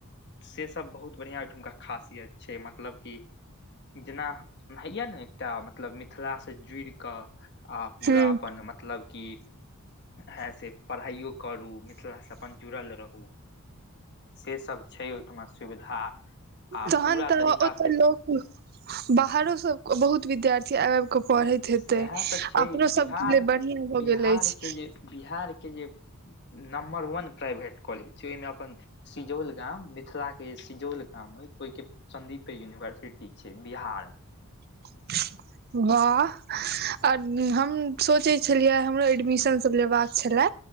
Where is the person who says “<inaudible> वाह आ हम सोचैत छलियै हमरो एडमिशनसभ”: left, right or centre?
Right